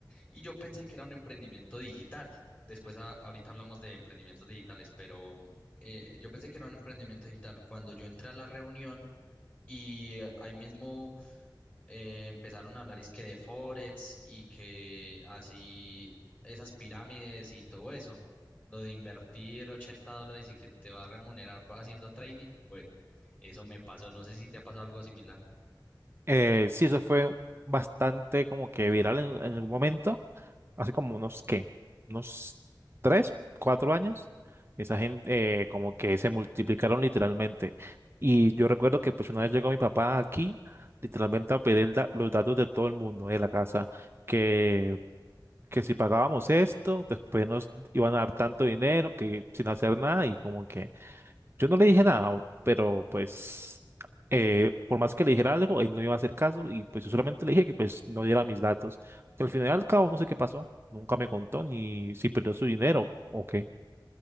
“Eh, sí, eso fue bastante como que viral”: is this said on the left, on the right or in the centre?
Right